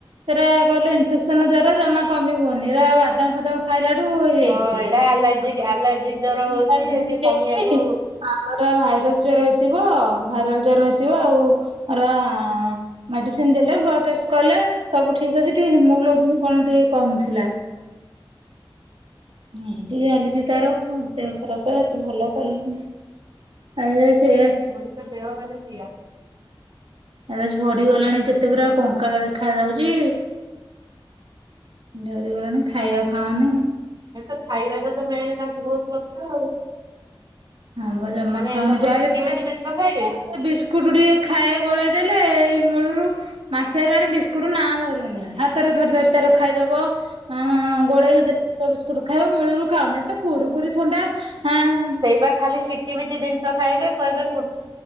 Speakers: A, on the right; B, on the right.
A: ସେଇଟା କହିଲେ ଇନଫେକ୍ସନ ଜର ଜମା କମିବନି। ର ବାଦାମ ଫାଦାମ ଖାଇଲା ଠୁ ହେଇଯାଇଛି।
B: ହଁ ଏଇଟା ଆଲାର୍ଜିକ
A: <unintelligible>
B: ଆଲାର୍ଜିକ ଜର ହଉଛି ଟିକେ କମିବାକୁ
A: ପରା ଭାଇରସ ଜର ହେଇଥିବ, ଭାଇରାଲ ଜର ହେଇଥିବ, ଆଉ ପରା ମେଡିସିନ ଦେଲେ ବ୍ଲଡ ଟେଷ୍ଟ କଲେ, ସବୁ ଠିକ୍ ଅଛି। ଟିକେ ହିମୋଗ୍ଲୋବନ୍ କଣ ଟିକେ କମ୍ ଥିଲା। ଏମିତି ଚାଲିଛି ତାର, ଦେହ ଖରପ ଆଜି ଭଲ କାଲି କି ନାଇ। ଆ ସେ
B: ମଣିଷ <unintelligible> ସେଇଆ।
A: ଆରେ ଝଡିଗଲାଣି କେତେ ପୁରା, କଙ୍କାଳ ଦେଖା ଯାଉଛି। ଝଡିଗଲାଣି, ଖାଇବା ଖାଉନି।
B: ଏ ତ ଖାଇବାଟା ତ ମେନ୍ ତାଙ୍କୁ ବହୁତ କଷ୍ଟ ଆଉ।
A: ଆମର ଜମା
B: ମାନେ
A: ଖାଉନି,
B: ସବୁ
A: <unintelligible>
B: ସିଟି ମିଟି ଜିନିଷ ଖାଇବେ।
A: ସ୍କୁଟୁ ଟିକେ ଖାଏ ଗୋଳେଇ ଦେଲେ, ଏଇ ମୂଳୁରୁ ମାସେରେ ଆଣି ବିସ୍କୁଟ ନା ଧରୁନି। ହାତରେ ଧରି ଧରି ତାର ଖାଇଦବ ହଁ ଗୋଳେଇ ଦେଲେ କଉ ବିସ୍କୁଟ ଖାଇବ, ମୂଳରୁ ଖାଉନି ତ କୁରୁ କୁରି ଥଣ୍ଡା ଆଁ
B: ସେଇ ବା ଖାଲି ସିଟି ମିିଟି ଜିନିଷ ଖାଇବେ। କହିବେ କୁ